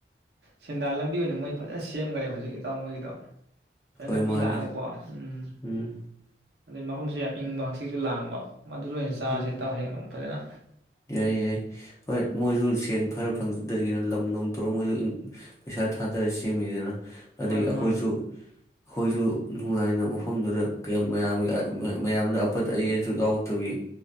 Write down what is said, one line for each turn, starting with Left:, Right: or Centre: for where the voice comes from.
Right: ꯁꯦꯟꯗꯥꯜ ꯂꯝꯕꯤ ꯑꯣꯏꯅ ꯃꯣꯏ ꯐꯠ ꯑꯦ ꯁꯦꯝꯈꯔꯦ ꯍꯧꯖꯤꯛ ꯏꯇꯥꯎ ꯃꯣꯏꯒꯤꯗꯣ ꯐꯖꯅ
Left: ꯍꯣꯏ
Right: ꯃꯤ
Left: ꯃꯥꯅꯤ
Right: ꯂꯥꯛꯑꯒꯀꯣ ꯎꯝ
Left: ꯎꯝ
Right: ꯑꯗꯩ ꯃꯐꯝꯁꯨ ꯌꯥꯝ ꯏꯪꯕ ꯍꯛꯆꯤꯁꯨ ꯂꯥꯡꯕ ꯃ ꯑꯗꯨ ꯑꯣꯏꯅ ꯆꯥꯁꯦ
Left: ꯎꯝ
Right: ꯍ ꯍꯌꯦꯡ ꯑꯃꯅꯨꯡ ꯐꯖꯅ
Left: ꯌꯥꯏ ꯌꯥꯏ ꯍꯣꯏ ꯃꯣꯏꯖꯨ ꯁꯦꯟ ꯐꯔ ꯐꯪꯖꯗꯤꯅ ꯂꯝ ꯅꯨꯡ ꯇꯧꯔ ꯃꯣꯏꯖꯨ ꯎꯪ ꯄꯩꯁꯥ ꯊꯥꯗꯔ ꯁꯦꯝꯃꯤꯅꯤꯅ ꯑꯗꯒꯤ
Right: ꯃꯥꯅꯤ
Left: ꯑꯩꯈꯣꯏꯁꯨ
Right: ꯃꯥꯅꯤ
Left: ꯑꯩꯈꯣꯏꯁꯨ ꯅꯨꯡꯉꯥꯏꯅ ꯃꯐꯝꯗꯨꯗ ꯃꯌꯥꯝꯒꯤ ꯃꯌꯥꯝꯅ ꯑꯐꯠꯇ ꯑꯌꯦꯟꯁꯨ ꯌꯥꯎꯔꯛꯇꯕꯤ